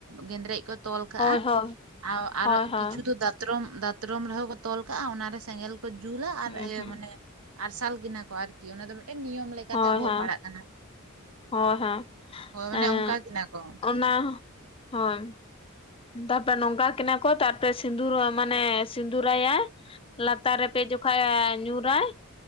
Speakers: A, on the right; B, on the left.
A: ᱜᱮᱸᱫᱽᱨᱮᱡ ᱠᱚ ᱛᱚᱞ ᱠᱟᱜᱼᱟ,
B: ᱦᱳᱭ ᱦᱳᱭ
A: ᱟ ᱟᱨ
B: ᱦᱳᱭ ᱦᱳᱭ
A: ᱠᱤᱪᱷᱩ ᱫᱟ ᱛᱨᱚᱢ ᱫᱟᱛᱨᱚᱢ ᱨᱮᱦᱚᱸ ᱠᱚ ᱛᱚᱞ ᱠᱟᱜᱼᱟ, ᱚᱱᱟ ᱨᱮ ᱥᱮᱸᱜᱮᱞ ᱠᱚ ᱡᱩᱞᱟ ᱟᱨ
B: ᱦᱩᱸ
A: ᱤᱭᱟᱹ
B: ᱦᱩᱸ
A: ᱢᱟᱱᱮ ᱟᱨᱥᱟᱞ ᱠᱤᱱᱟ ᱠᱚ ᱟᱨᱠᱤ ᱚᱱᱟ ᱫᱚ ᱢᱤᱫᱴᱮᱱ ᱱᱤᱭᱚᱢ ᱞᱮᱠᱟᱛᱮ
B: ᱦᱳᱭ
A: ᱟᱵᱚᱣᱟᱜ ᱯᱟᱲᱟᱜ
B: ᱦᱳᱭ
A: ᱠᱟᱱᱟ
B: ᱦᱳᱭ
A: ᱦᱳᱭ
B: ᱦᱮᱸ
A: ᱢᱟᱱᱮ ᱚᱱᱠᱟ ᱠᱤᱱᱟ ᱠᱚ
B: ᱚᱱᱟ ᱦᱳᱭ᱾ ᱛᱟᱨᱯᱚᱨᱮ ᱱᱚᱝᱠᱟ ᱠᱤᱱᱟ ᱠᱚ ᱛᱟᱨᱯᱚᱨᱮ ᱥᱤᱸᱫᱩᱨ ᱢᱟᱱᱮ ᱥᱤᱸᱫᱩᱨ ᱟᱭᱟᱭ᱾ ᱞᱟᱛᱟᱨ ᱨᱮᱯᱮ ᱡᱚᱠᱷᱟᱡ ᱧᱩᱨ ᱟᱭ